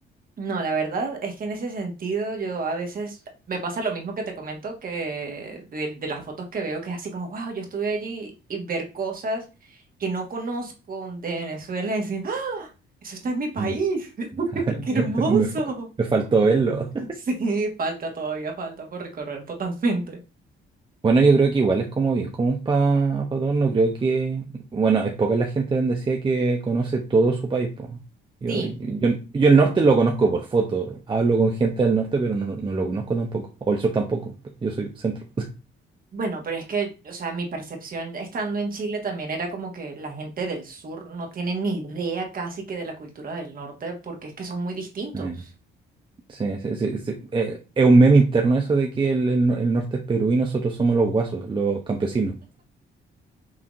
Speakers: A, on the right (about 45°); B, on the right (about 25°).
A: No, la verdad es que en ese sentido yo a veces me pasa lo mismo que te comento, que de, de las fotos que veo, que es así como, wow, yo estuve allí y ver cosas que no conozco de Venezuela y decir, "¡Ah! eso está en mi país,
B: Mm.
A: <laughs>
B: <laughs>
A: qué hermoso.
B: Me, fa- me faltó verlo.
A: Sí, falta todavía, falta por recorrer totalmente.
B: Bueno, yo creo que igual es como bien común para pa pa todos, no creo que, bueno, es poca la gente bendecida que conoce todo su país, po. Yo,
A: Sí,
B: yo, yo yo el norte lo conozco por foto, hablo con gente del norte, pero no, no lo conozco tampoco, o el sur tampoco, yo soy centro.
A: bueno, pero es que, o sea, mi percepción estando en Chile también era como que la gente del sur no tiene ni idea casi que de la cultura del norte porque es que son muy distintos.
B: Sí, sí, sí, sí, sí. Eh, es un meme interno eso de que el, el no- el norte es Perú y nosotros somos los guasos, los campesinos.